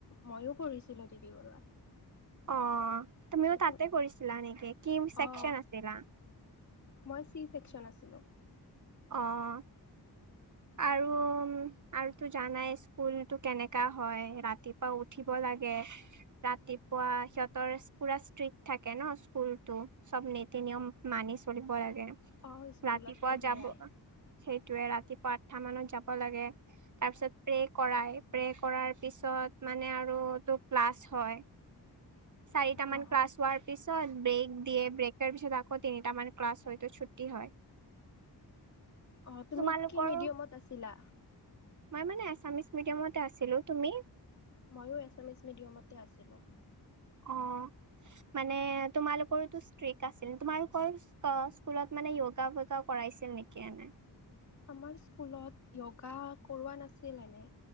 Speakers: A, on the left; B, on the right.
A: ময়ো পঢ়িছিলো দি দি বৰুৱাত।
B: অ তুমিও তাতে
A: তো
B: কৰিছিলা নেকি কি চেকচন
A: অঁ
B: আছিলা
A: মই চি চেকচন আছিলো
B: অ আৰু আৰুতো জানাই স্কুলটো কেনেকা হয় ৰাতিপুৱা উঠিব লা কে ৰাতিপুৱা সিহঁতৰ পুৰা ষ্ট্ৰিক থাকে ন কোলটো চব নীতি নিয়ম মানি চলিব লাগে
A: অঁ স্কুলততো
B: ৰাতিপুৱা
A: সেয়াই
B: যাব সেইটোয়ে ৰাতিপুৱা আঠটা মানত যাব লাগে তাৰ পিছত প্ৰে কৰাই প্ৰে কৰাৰ পিছত মানে আৰু ত ক্লাছ হয় চাৰি টা মান
A: অঁ
B: ক্লাছ হোৱাৰ পিছত ব্ৰেক দিয়ে ব্ৰেকৰ পিছত আকৌ তিনিটা মান ক্লাছ হয়তো ছুটি হয়।
A: অহ তুমি
B: তোমালোকৰো
A: কি মিডিয়ামত আছিলা?
B: মই মানে এছামিছ মিডিয়ামতে আছিলো তুমি
A: ময়ো এছামিছ মিডিয়ামতে আছিলো।
B: অ মানে তোমালোকৰতো স্ত্ৰীক আছিল তোমালোকৰ স্কুলত মানে য়োগা বোগা কৰাইছিল নেকি এনে?
A: আমাৰ স্কুলত য়োগা কৰোৱা নাছিল এনে